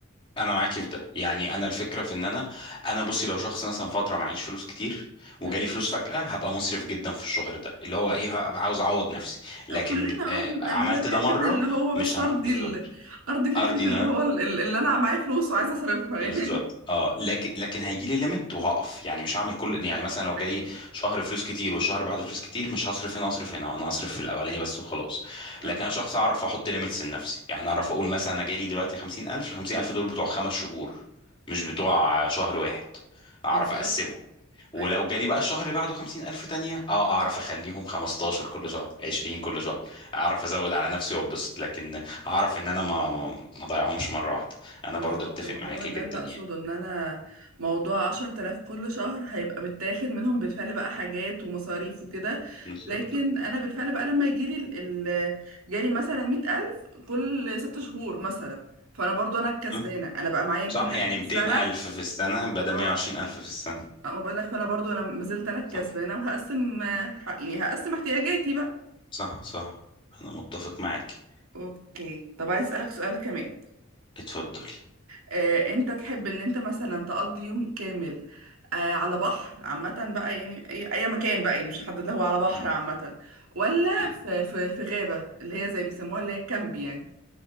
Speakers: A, on the left; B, on the right.
A: انا معاكي في ده يعني انا الفكره في ان انا انا بصي لو شخص مثلا فتره معيش فلوس كتير وجالي
B: مم.
A: فلوس فجأة هبقى مسرف جدا في الشهر ده اللي هو ايه هبقى عاوز اعوض نفسي لكن
B: كلنا
A: آه
B: اه بنبقى
A: عملت
B: اللي هو حتة
A: ده مره
B: اللي هو
A: مش
B: بس
A: ه...
B: أرضي
A: بالظبط
B: ال... أرضي فكرة
A: ارضي
B: اللي هو ال- اللي أنا معايا فلوس وعايزة أصرفها
A: بالظبط
B: يعني
A: اه لكن لكن هيجي لي ليميت وهقف يعني مش هعمل كل يعني مثلا لو جالي
B: <laughs> أيوه
A: شهر فلوس كتير والشهر بعده فلوس كتير مش هصرف هنا واصرف هنا انا هصرف في الاولاني بس وخلاص
B: اه
A: لكن انا شخص اعرف احط ليميتس لنفسي يعني اعرف اقول مثلا انا جالي دلوقتي 50000 ال 50000 دول بتوع خمس شهور مش بتوع شهر واحد اعرف
B: بالظبط
A: اقسمهم ولو
B: ايوه
A: جالي بقى الشهر اللي بعده 50000 تانية اه اعرف اخليهم 15 كل شهر 20 كل شهر اعرف ازود على نفسي وابسط لكن اعرف ان انا ما ما ما اضيعهمش مرة واحدة انا
B: بالظبط
A: برضو اتفق
B: ما
A: معاكي
B: هو ده
A: جدا
B: اللي
A: يعني
B: اقصده ان انا موضوع عشر تلاف كل شهر هيبقى متاخد منهم بالفعل بقى حاجات ومصاريف وكده
A: بالظبط
B: لكن انا بالفعل بقى لما يجيلي ال- ال- جالي مثلا مئة ألف كل ست شهور مثلا فانا برضو انا الكسبانة
A: أه؟
B: انا بقى معايا
A: صح
B: ميتين
A: يعني
B: ألف في
A: 200
B: السنة
A: الف في السنة بدل
B: اه
A: 120 الف في السنة
B: آه، ما بقولك فانا برضو انا ما زلت انا الكسبانة
A: صح
B: وهقسم آه، ح- يعني هقسم احتياجاتي بقى
A: صح صح انا متفق معاكي
B: اوكي طب عايز اسألك سؤال كمان
A: اتفضلي
B: آه، انت تحب ان انت مثلا تقضي يوم كامل آه، على بحر عامة بقى يعني اي أي مكان بقى يعني مش هحدد له، هو على بحر
A: مم.
B: عامة ولا
A: مم.
B: في في في غابة اللي هي زي بيسموها اللي هي الكامب يعني